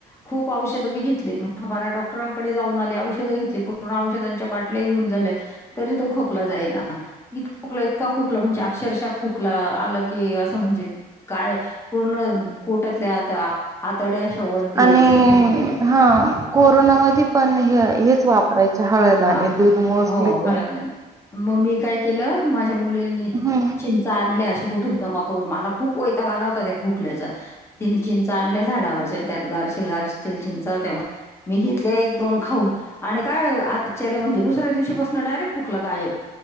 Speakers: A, on the left; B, on the right.
A: खूप औषध बी घेतले दहा बारा डॉक्टरांकडे जाऊन आली औष औषधांच्या बाटल्या घेऊन झाल्या तरी तो खोकला जाईन इतका खोकला इतका खोकला खोकलं म्हणजे अक्षरशः खोकला आलं की असं म्हणजे काय पूर्ण पोटतले आता आतड्या अशा वरती
B: आणि
A: यायच्या त्या खोकल्याने
B: हा कोरोनामध्ये पण हे हेच वापरायच हळदा
A: हा
B: आणि दूध मोस्टली
A: हो,
B: त
A: हळद-धणे. मग मी काय केलं माझ्या मुलींनी
B: हम्म
A: चिंचा आणल्या अशा कुठून जमा करून मला खूप वैताग आला होता त्या खोकल्याच तिने चिंच आणल्या झाडावरच्या त्यात गारशिलगार असतील चिंचा होत्या मी घेतले एक दोन खाऊन आणि काय आश्चर्य म्हणजे दुसऱ्या दिवशीपासून डायरेक्ट खोकला गायब